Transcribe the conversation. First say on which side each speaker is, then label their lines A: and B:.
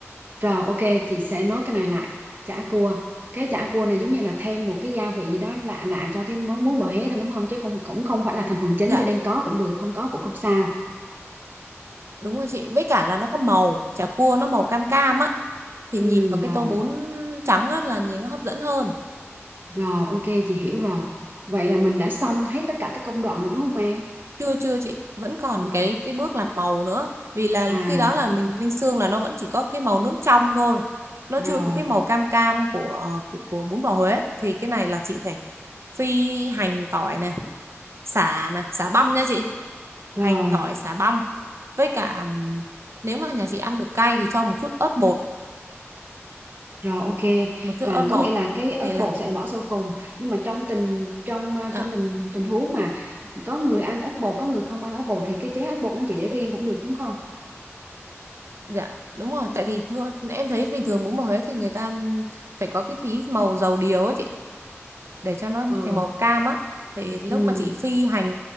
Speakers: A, on the right; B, on the right.
A: rồi ok chị sẽ nói cái này lại chả cua cái chả cua này giống như là thêm một cái gia vị gì đó lạ lạ cho cái món bún bò Huế thôi đúng không chứ không cũng không phải là thành phần chính
B: dạ
A: cho nên có cũng được không có cũng không sao
B: đúng rồi chị với cả là nó có màu chả cua nó màu cam cam á thì
A: ừ
B: nhìn vào cái
A: rồi
B: tô bún trắng á là nhìn nó hấp dẫn hơn
A: Rồi, ok, chị hiểu rồi. Vậy là mình đã xong hết tất cả các công đoạn rồi đúng không em?
B: chưa chưa chị vẫn còn
A: Ờ,
B: cái cái bước làm màu nữa vì là
A: à,
B: khi đó là mình ninh xương là nó vẫn chỉ có cái màu nước trong thôi nó
A: rồi,
B: chưa có cái màu cam cam của ờ, của, của bún bò Huế thì cái này là chị phải phi hành tỏi nè sả nè sả băm nha chị
A: rồi,
B: hành tỏi sả băm với cả ừm, nếu mà nhà chị ăn được cay thì cho một chút ớt bột
A: rồi, ok.
B: một chút
A: Và
B: ớt bột
A: có nghĩa là cái ớt
B: thì là
A: bột sẽ bỏ sau cùng. Nhưng mà trong tình trong ờ,
B: à,
A: trong tình tình huống mà có người ăn ớt bột, có người không ăn ớt bột thì cái chén ớt bột nó chị để riêng cũng được đúng không?
B: Dạ đúng rồi tại vì thưa, em thấy bình thường muốn màu Huế thì người ta phải có cái tí màu dầu điều á chị để cho nó
A: Ừ,
B: thành màu cam á thì lúc
A: ừ,
B: mà chị phi hành